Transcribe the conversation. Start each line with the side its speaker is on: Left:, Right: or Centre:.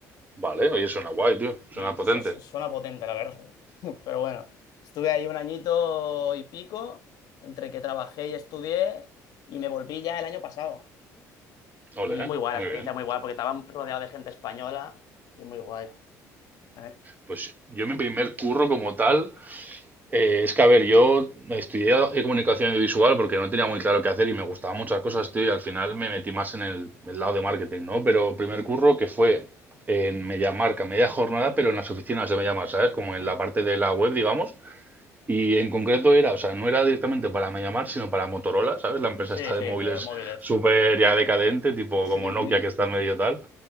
Right: vale, oye, suena guay, tío, suena
Left: Y
Right: potente.
Left: su- su- suena potente, la verdad. <laughs> Pero bueno, estuve ahí un añito y pico, entre que trabajé y estudié, y me volví ya el año pasado.
Right: Ole,
Left: Y muy
Right: ¿eh?
Left: guay,
Right: Muy
Left: la experiencia
Right: bien.
Left: muy guay, porque estaba rodeado de gente española y muy guay. Eh,
Right: Pues yo mi primer curro como tal, Eh, es que, a ver, yo estudié eh, comunicación visual porque no tenía muy claro qué hacer y me gustaban muchas cosas, tío, y al final me metí más en el, el lado de marketing, ¿no? Pero primer curro que fue en media marca, media jornada, pero en las oficinas de media marca, ¿sabes? Como
Left: mm.
Right: en la parte de la web, digamos. Y en concreto era, o sea, no era directamente para Mediamar, sino para Motorola, ¿sabes? La empresa
Left: Sí,
Right: esta
Left: sí,
Right: de móviles
Left: de móviles.
Right: súper ya decadente, tipo
Left: Sí.
Right: como Nokia que está medio tal.